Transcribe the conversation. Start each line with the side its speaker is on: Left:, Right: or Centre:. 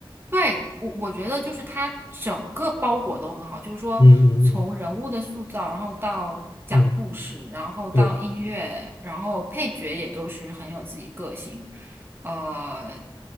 Right: 对，我我觉得就是它整个包裹都很好，就是说从人物的塑造，
Left: 嗯嗯
Right: 然后到讲故事，
Left: 嗯嗯，
Right: 然后到音乐，
Left: 对，
Right: 然后配角也都是很有自己个性，呃，